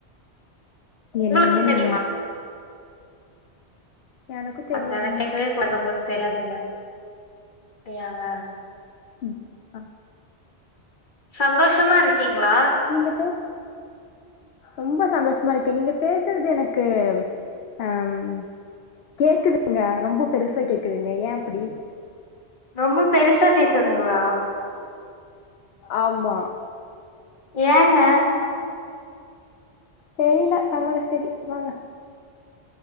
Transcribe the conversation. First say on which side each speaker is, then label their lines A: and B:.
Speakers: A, on the left; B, on the left.
A: என்னங்க
B: உங்களுக்கு தெரியுமா
A: நீங்க எனக்கு தெரியாதுங்க
B: அத்தான கேக்கவே கூடாது உங்களுக்கு தெரியாதுல்ல அப்டியாங்க
A: ம் ஆ
B: சந்தோஷமாருக்கீங்ளா
A: நீங்க பேஸ் ரொம்ப சந்தோஷமாருகே நீங்க பேசறது எனக்கு அ ம் கேக்குதுங்க ரொம்ப பெருசா கேக்குதுங்க ஏ அப்டி
B: ரொம்ப பெருசா கேக்குதுங்களா
A: ஆம்மா
B: ஏங்க
A: தெரில பரவால செரி வாங்க